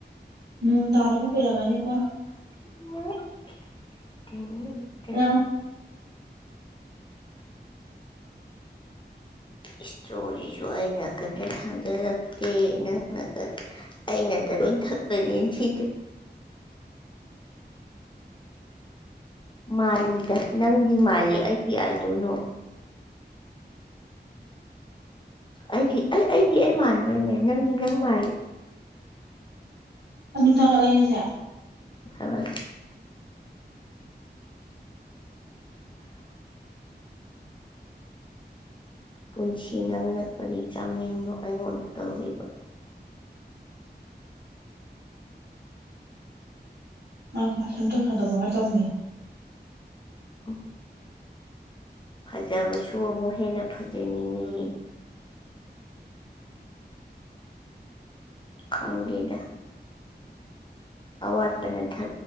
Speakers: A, on the right (about 70°); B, on the left (about 25°).
A: ꯅꯣꯡ ꯇꯥꯗꯕꯨ ꯀꯩꯔꯝꯃꯅꯤꯀꯣ
B: ꯎꯝ <inaudible>
A: ꯑ
B: ꯏꯁꯇ꯭ꯔꯣꯔꯤꯁꯨ ꯑ ꯅꯥ ꯀꯟꯇ ꯊꯥꯡꯖꯜꯂꯛꯇꯦ ꯅꯪ ꯑꯩꯅꯗ ꯂꯣꯏ ꯊꯄꯁꯅ ꯁꯤꯗꯦ ꯃꯥꯜꯂꯤꯗ ꯅꯪꯗꯤ ꯃꯥꯜꯂꯤ ꯑꯩꯗꯤ ꯑꯗꯣꯏꯅꯣ ꯑꯩꯗꯤ ꯑꯩ ꯑꯩꯗꯤ ꯑꯩ ꯃꯥꯟꯕ꯭ꯔꯅꯦ ꯅꯪꯗꯤ ꯅꯪ ꯃꯥꯜꯂꯤ
A: ꯑꯗꯨꯝ ꯊꯥꯒꯠꯂꯛꯏꯁꯦ
B: ꯈꯔ ꯄꯨꯟꯁꯤ ꯅꯪꯅ ꯀꯔꯤ ꯆꯥꯌꯦꯡꯅꯣ ꯑꯩꯉꯣꯟꯗ ꯇꯧꯔꯤꯕ
A: ꯍꯣꯏ ꯀꯣꯏ ꯁꯦꯝꯗꯣꯛ ꯁꯥꯥꯗꯣꯛꯄꯒ ꯇꯧꯒꯦ
B: ꯎꯝ ꯐꯖꯕꯁꯨ ꯑꯃꯨꯛ ꯍꯦꯟꯅ ꯐꯖꯅꯤꯡꯉꯤ ꯈꯪꯒꯦꯒ ꯑꯧ ꯋꯥ ꯇꯉꯥꯏ ꯈꯦ